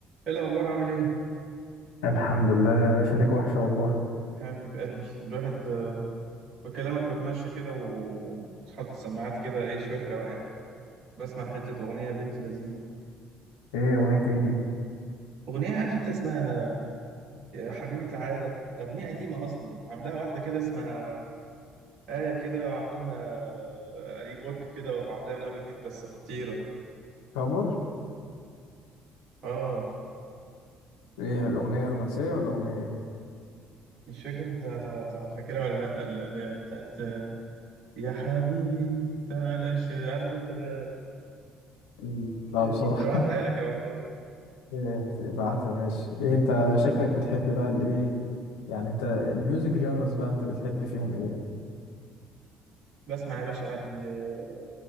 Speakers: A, on the right (about 45°); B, on the left (about 70°).
A: ايه الاخبار عامل ايه
B: الحمد لله يا باشا ليك وحشة والله
A: حبيب قلبي الواحد آه، بكلمك بتمشى كده و- وحاطط سماعات كده ايه شويه روقان بسمع حته اغنيه بنت لذينه
B: ايه اغنية ايه دي
A: اغنيه عارف انت اسمها يا حبيبي تعالى اغنيه قديمه اصلا عاملاها واحده كده اسمها آية كده عامله لها ري ورك كده وعاملاها من اول جديد بس خطيره
B: كفر
A: اه
B: ايه الاغنيه رومانسيه ولا اغنيه ايه
A: مش فاكر انت تع- تع- فاكرها ولا لا ال- ال- بتاعت آه، يا حبيبي تعالى الش- عارف انت اللي- هي
B: مم.
A: اغنيه
B: لا
A: لذيذه
B: بصراحه
A: ابعتها لك ابعتها لك
B: إيه ابعتها ماشي ايه انت شكلك بتحب بقى الايه يعني انت الميوزك جونرز بقى انت بتحب فيهم ايه
A: بسمع يا باشا عادي آه،